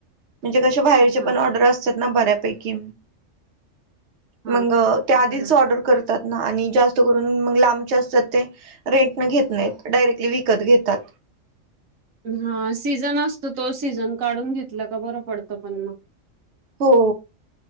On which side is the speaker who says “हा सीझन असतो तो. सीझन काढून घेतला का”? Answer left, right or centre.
Right